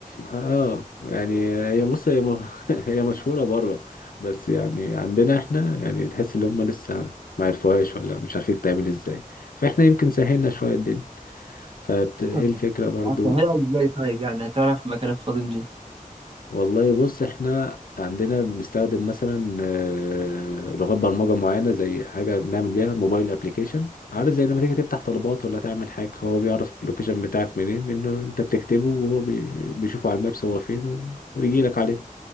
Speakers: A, on the left; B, on the right.
A: اه يعني هي بص هي م- <laughs> هي مشهورة بره بس يعني عندنا احنا يعني تحس ان هم لسه ما عرفوهاش ولا مش عارفين تعمل ازاي فاحنا يمكن سهلنا شوية الدنيا فايه
B: طب
A: الفكرة برضو
B: هتعملها إزاي طيب يعني هتعرف المكان الفاضي منين؟
A: والله بص احنا عندنا بنستخدم مثلا آه، لغات برمجة معينة زي حاجة بنعمل بيها موبايل ابليكيشن عارف زي لما تيجي تفتح طلبات ولا تعمل حاجة هو بيعرف اللوكيشن بتاعك منين لأنه انت بتكتبه وهو بي- بيشوفه على المابس هو فين و- ويجي لك عليه